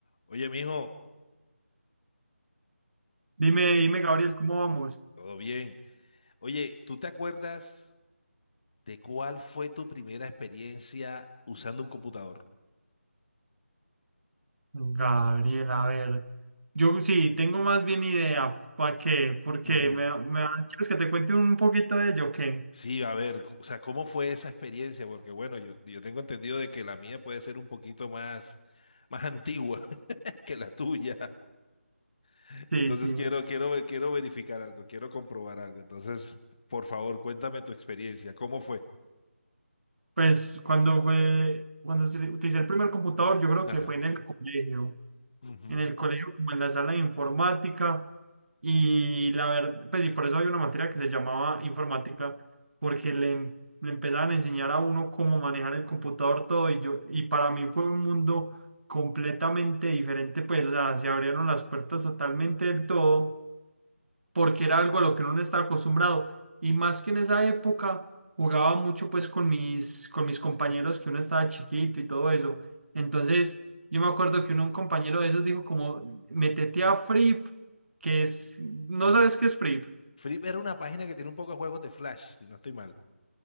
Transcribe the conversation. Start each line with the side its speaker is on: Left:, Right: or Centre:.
Left: Oye, mijo,
Right: Dime, dime, Gabriel, ¿cómo vamos?
Left: todo bien. Oye, ¿tú te acuerdas de cuál fue tu primera experiencia usando un computador?
Right: Gabriel, a ver, yo sí, tengo más bien idea, ¿para qué? Porque
Left: Ujú.
Right: me, me, ¿quieres que te cuente un poquito de ello? o ¿Qué?
Left: Sí, a ver, o sea, ¿cómo fue esa experiencia? Porque bueno, yo, yo tengo entendido de que la mía puede ser un poquito más, más antigua <laughs> que la tuya. <laughs>
Right: Sí,
Left: Entonces
Right: sí.
Left: quiero, quiero, ver- quiero verificar algo, quiero comprobar algo. Entonces, por favor, cuéntame tu experiencia. ¿Cómo fue?
Right: Pues cuando fue, cuando se- utilicé el primer computador, yo creo
Left: Ajá.
Right: que fue en el colegio,
Left: Ujú.
Right: en el colegio como en la sala de informática y la verdad, pues y por eso había una materia que se llamaba informática, porque le, em-, le empezaban a enseñar a uno cómo manejar el computador todo y yo, y para mí fue un mundo completamente diferente, pues o sea, se abrieron las puertas totalmente del todo porque era algo a lo que uno no está acostumbrado. Y más que en esa época jugaba mucho pues con mis, con mis compañeros que uno estaba chiquito y todo eso. Entonces yo me acuerdo que uno, un compañero de esos dijo como, métete a Frip, que es, no sabes qué es Frip.
Left: Flip era una página que tiene un poco de juegos de Flash, si no estoy mal.